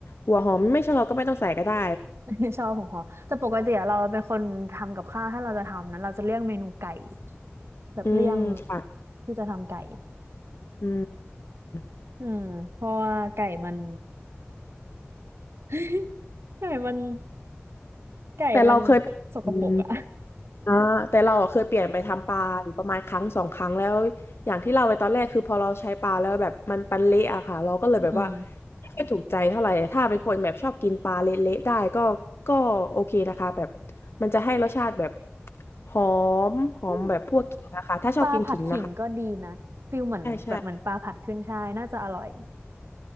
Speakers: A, on the left; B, on the right.
A: หัวหอมไม่ชอบก็ไม่ต้องใส่ก็ได้
B: <laughs> ชอบของฮอแต่ปกติอะเราเป็นคนทำกับข้าวถ้าเราจะทำนั้นเราจะเลี่ยงเมนูไก่แบบเลี่ยง
A: อืมค่ะ
B: ที่จะทำไก่
A: อืม
B: อืมเพราะว่าไก่มัน <laughs> ไก่มันไก่มัน
A: แต่เราเคยอืม
B: สกปรกอะ
A: อ่าแต่เราอะเคยเปลี่ยนไปทำปลาอยู่ประมาณครั้งสองครั้งแล้วอย่างที่เราไปตอนแรกคือพอเราใช้ปลาแล้วแบบมันปันเละอะค่ะเราก็เลยแบบว่า
B: อืม
A: ไม่ค่อยถูกใจเท่าไหร่ถ้าเป็นคนแบบชอบกินปลาเละๆได้ก็ก็โอเคนะคะแบบมันจะให้รสชาติแบบหอมหอมแบบพวกขิงนะคะถ้าชอบกินขิงนะคะ
B: อืมปลาผัดขิงก็ดีนะฟิลเหมือนแบบเหมือนปลาผัดขึ้นฉ่ายน่าจะอร่อย
A: ใช่ใช่